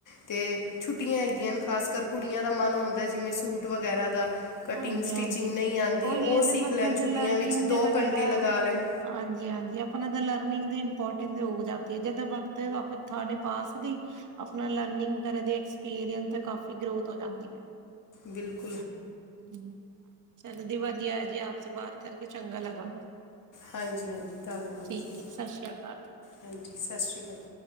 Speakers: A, on the left; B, on the right.
A: ਅਤੇ ਛੁੱਟੀਆਂ ਹੈਗੀਆਂ ਹਨ ਖਾਸ ਕਰ ਕੁੜੀਆਂ ਦਾ ਮਨ ਹੁੰਦਾ ਜਿਵੇਂ ਸੂਟ ਵਗੈਰਾ ਦਾ ਕਟਿੰਗ
B: ਹਾਂਜੀ-ਹਾਂਜੀ
A: ਸਟਿਚਿੰਗ ਨਹੀਂ ਆਂਦੀ
B: ਉਹੀ
A: ਉਹ
B: ਇਹਦੇ
A: ਸਿੱਖ
B: ਮਤਲਬ
A: ਲੈਣ ਛੁੱਟੀਆਂ
B: ਲਰਨਿੰਗ
A: ਵਿੱਚ
B: ਦੇ ਵਗੈਰਾ
A: ਘੰਟੇ ਲਗਾ ਲੈਣ
B: ਹਾਂਜੀ-ਹਾਂਜੀ ਆਪਣਾ ਲ ਲਾਰਨਿਗ ਦੀ ਇਮਪੋਟਸ <unintelligible> ਆਪਣਾ ਲਰਨੀਗ ਕਰਦੇ ਐਕਸਪੀਰੀਅਸ ਤੇ ਕਾਫੀ ਗਰੋਥ ਜਾਂਦੀ ਆ।
A: ਬਿਲਕੁ
B: ਹ ਚੱਲੋ <unintelligible> ਜੀ ਆਪ ਸੇ ਬਾਤ ਕਰਕੇ ਚੰਗਾ ਲਗਾ।
A: ਹਾਂਜੀ-ਹਾਂਜੀ ਧੰਨਵਾਦ
B: ਠੀਕ
A: ਜੀ
B: ਹੈ ਸਤਿ ਸ੍ਰੀ ਅਕਾਲ।
A: ਹਾਂਜੀ ਸਤਿ ਸ਼੍ਰੀ ਅਕਾਲ।